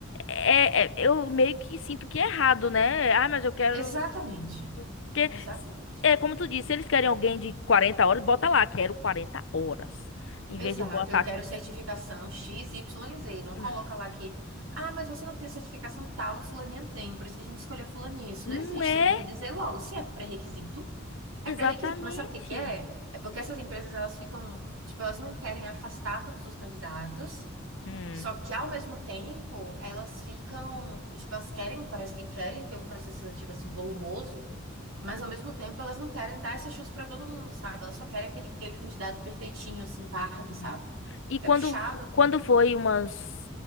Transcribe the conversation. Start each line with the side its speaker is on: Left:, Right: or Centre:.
Left: É, é- eu meio que sinto que é errado, né? Ah, mas eu quero.
Right: Exatamente.
Left: Porque,
Right: Exatamente.
Left: é como tu disse, se eles querem alguém de 40 horas, bota lá, quero 40 horas. Em
Right: Exato.
Left: vez de botar.
Right: Eu quero certificação X, Y, Z. Não
Left: Hum,
Right: coloca lá que, ah, mas você não tem certificação tal e fulaninha tem, por isso que a gente escolheu fulaninha. Isso
Left: Não
Right: não existe.
Left: é
Right: Você tem que dizer logo se é pré-requisito. É
Left: exatamente.
Right: pré-requisito, mas sabe o que que é? É porque essas empresas, elas ficam, tipo, elas não querem afastar todos os candidatos
Left: Hum.
Right: Só que ao mesmo tempo, elas ficam, tipo, elas querem, parece que querem ter um processo seletivo assim volumoso, mas ao mesmo tempo elas não querem dar essa chance para todo mundo, sabe? Elas só querem aquele, aquele candidato perfeitinho, assim, Barbie,
Left: hum.
Right: sabe?
Left: E quando,
Right: É puxado.
Left: quando foi umas